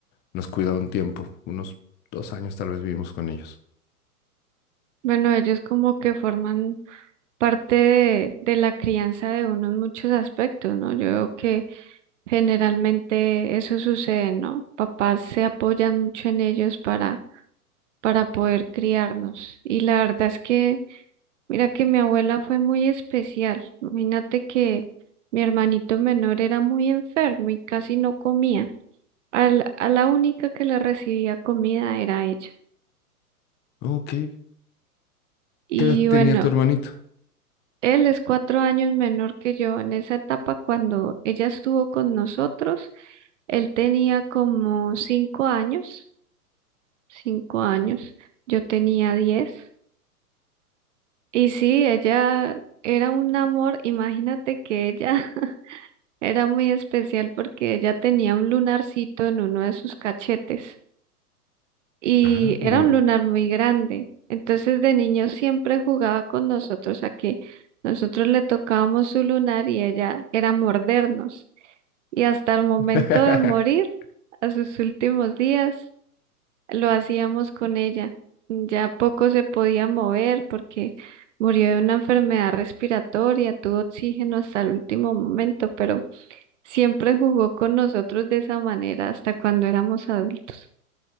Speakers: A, on the left (about 20°); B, on the right (about 50°).
A: nos cuidaba un tiempo, unos dos años tal vez vivimos con ellos.
B: Bueno, ellos como que forman parte de, de la crianza de uno en muchos aspectos, ¿no? Yo veo que generalmente eso sucede, ¿no? Papás se apoyan mucho en ellos para, para poder criarnos. Y la verdad es que, mira que mi abuela fue muy especial. Imagínate que mi hermanito menor era muy enfermo y casi no comía. al- a la única que le recibía comida era ella.
A: Ok.
B: Y
A: ¿Qué edad tenía
B: bueno,
A: tu hermanito?
B: él es cuatro años menor que yo. En esa etapa, cuando ella estuvo con nosotros, él tenía como cinco años, cinco años, yo tenía diez. Y sí, ella era un amor, imagínate que ella <laughs> era muy especial porque ella tenía un lunarcito en uno de sus cachetes. y
A: Ajá, un-
B: era un lunar muy grande. Entonces de niño siempre jugaba con nosotros a que nosotros le tocábamos su lunar y ella era mordernos. Y hasta el
A: <laughs>
B: momento de morir, a sus últimos días, lo hacíamos con ella. Ya poco se podía mover porque murió de una enfermedad respiratoria, tuvo oxígeno hasta el último momento, pero siempre jugó con nosotros de esa manera hasta cuando éramos adultos.